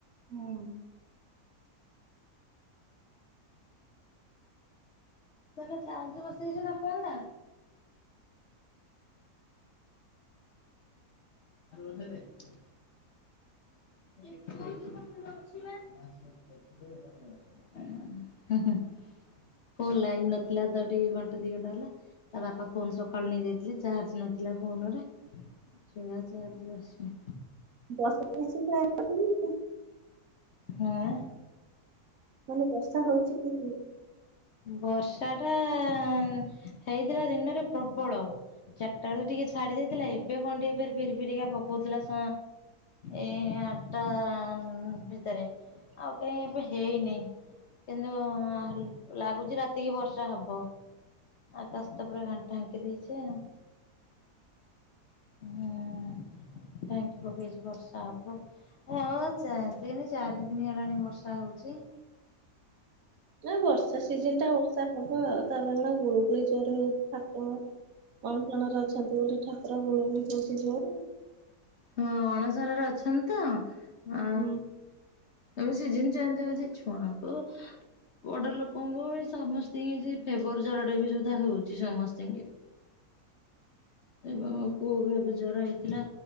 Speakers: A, on the right; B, on the left.
A: ହୁଁ।
B: ଧନ ଚାର୍ଜ ବସେଇଚୁନା ଫୋନ ଟା? <unintelligible> <unintelligible> ହୁଁ ହୁଁ। ଫୋନ ଲାଇନ୍ ନଥିଲା ତ ଟିକେ ଘଣ୍ଟା ଦି ଘଣ୍ଟା ହେଲା। ତା ବାପା ଫୋନ ସକାଳୁ ନେଇଯାଇଥିଲେ ଚାର୍ଜ ନଥିଲା ଫୋନରେ ଚା ଚାର୍ଜ ବସି
A: ଦଶ <inaudible>
B: ହେ-ଅ-ଅ
A: ମାନେ ବର୍ଷା ହଉଚି କି?
B: ବର୍ଷାଟା-ଆ-ଆ-ଆ ହେଇଥିଲା ଦିନରେ ପ୍ରବଳ। ଚାରିଟା ବେଳେ ଟିକେ ଛାଡି ଯାଇଥିଲା ଏବେ କଣ ଟିକେ ଫିରି ଫିରିକା ପକଉଥିଲା ସ ଏଇ ଆଠଟା-ଆ-ଆ-ଆ ଭିତରେ। ଆଉ କାହିଁ ଏବେ ହେଇନି କିନ୍ତୁ-ଉ-ଉ-ଉ ଲାଗୁଛଚି ରାତି କିି ବର୍ଷା ହବ। ଆକାଶ ତ ପୁରା ଢା ଢାଙ୍କି ଦେଇଛି ଆଉ। ହୁଁ ଢାଙ୍କି ପକେଇଛି ବର୍ଷା ହବ। ଆ-ଆ-ଆ ଚା ତିନି ଚାରି ଦିନି ହେଲାଣି ବର୍ଷା ହଉଛି।
A: ନା ବର୍ଷା ସିଜନ ଟା ବର୍ଷା ହବ ଆଉ। ତାପରେ କଣ ଗୁଳୁଗୁଳି ଜୋରେ ହଉ କଣ ଅଣଶରରେ ଅଛନ୍ତି ବୋଲି ଠାକୁର ଗୁଳଗୁଳି ହେଉଛି ଜୋରେ।
B: ହଁ ଅଣସରରେ ଅଛନ୍ତି ତ ଆ
A: ହୁଁ।
B: ଏବେ ସିଜିନି ଚେଞ୍ଜ ହଉଚି ଛୁଆଙ୍କୁ ବଡ ଲୋକଙ୍କୁ ବି ସମସ୍ତଙ୍କୁ ଯେ ଫେବର ଜରଟା ବି ସୁଧା ହଉଛି ସମସ୍ତିଙ୍କି। ଏବେ ମୋ ପୁଅକୁ ଏବେ ଜର ହେଇଥିଲା